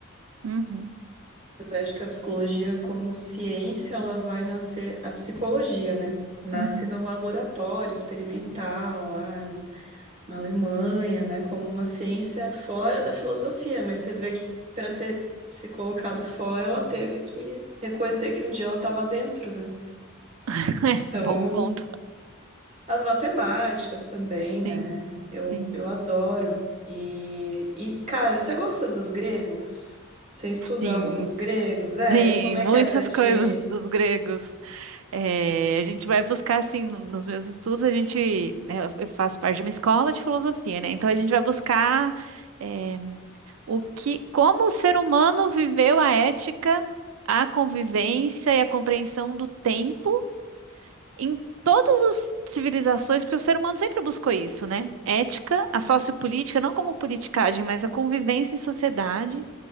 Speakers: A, on the right; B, on the right.
A: uhum,
B: Apesar de que a psicologia como ciência, ela vai nascer, a psicologia, né? Nasce
A: uhum.
B: num laboratório experimental lá na Alemanha, né? Como uma ciência fora da filosofia, mas você vê que para ter se colocado fora, ela teve que reconhecer que um dia ela estava dentro, né?
A: <laughs>
B: Então,
A: Bom ponto.
B: As matemáticas também, né?
A: Sim,
B: Eu,
A: sim,
B: eu adoro. E, e, cara, você gosta dos gregos? Você estuda
A: sim,
B: algo dos gregos? É,
A: sim.
B: e como é
A: Muitas
B: que é pra ti?
A: coisas dos gregos. É, a gente vai buscar, assim, no- nos meus estudos, a gente, né, eu eu faço parte de uma escola de filosofia, né? Então a gente vai buscar, é, o que, como o ser humano viveu a ética, a convivência e a compreensão do tempo em todas as civilizações, porque o ser humano sempre buscou isso, né? Ética, a sociopolítica, não como politicagem, mas a convivência em sociedade